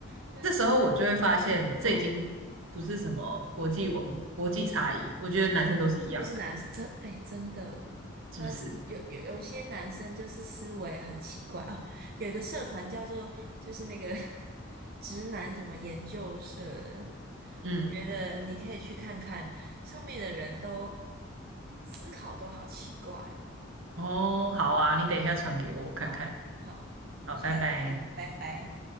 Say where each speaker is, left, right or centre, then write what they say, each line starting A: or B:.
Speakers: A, on the right (about 50°); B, on the right (about 75°).
A: 就是
B: 这时候我就会发现，这已经不是什么国际文国际差异，
A: 嗯，
B: 我觉得男生都是一样的，
A: 就是男生真哎真的，那有有有一些男生就是思维很奇怪哦，
B: 是不是？
A: 有一个社团叫做就是那个 <laughs> 直男什么研究社的，
B: 嗯，
A: 我觉得你可以去看看，上面的人都思考都好奇怪哦，
B: 哦，好啊，你等一下传给我，我看看。
A: 好好，我们下次再聊拜拜。
B: 好，拜拜。